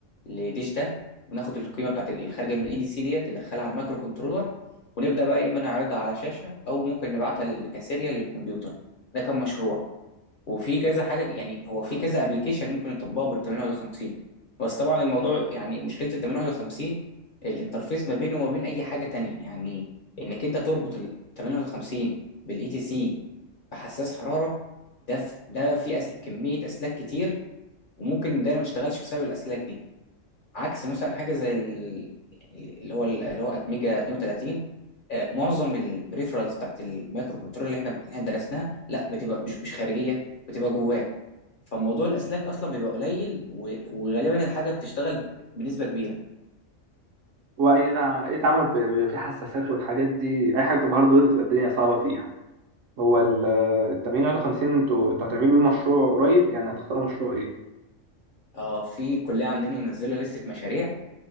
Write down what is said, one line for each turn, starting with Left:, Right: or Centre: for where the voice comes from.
Left: لديجيتال وبناخد القيمه بتاعه الخارجه من الاي دي سي ديت ندخلها على المايكرو كنترولر ونبدا بقى يا اما نعرضها على شاشه او ممكن نبعتها للكاسيريا للكمبيوتر ده كان مشروع وفي كذا حاجه يعني هو في كذا ابلكيشن ممكن يطبقه بال 80 ولا 50 بس طبعا الموضوع يعني مشكله ال 80 ولا 50 الانترفيس ما بينه وما بين اي حاجه تانية يعني انك انت تربط ال 80 ولا 50 بالاي تي سي بحساس حراره ده ف- ده في أسل... كميه اسلاك كتير وممكن الدايره ما تشتغلش بسبب الاسلاك دي عكس مثلا حاجه زي ال... يعني اللي هو ال- اللي هو اتميجا 32 آه، معظم البريفرالز بتاعت المايكرو كنترول اللي احنا اللي احنا درسناها لا بتبقى مش مش خارجيه بتبقى جواه فموضوع الاسلاك اصلا بيبقى قليل و... وغالبا الحاجه بتشتغل بنسبه كبيره
Right: وإذا إيه تعامل ب- بيبقى فيه حساسات والحاجات دي أي حاجة بتبقى هاردوير بتبقى الدنيا صعبة فيها هو ال- آه، التمرين 51 أنتوا أنتوا هتعملوا بيه مشروع قريب يعني هتختاروا مشروع إيه؟
Left: اه في كليه عندنا منزله لسته مشاريع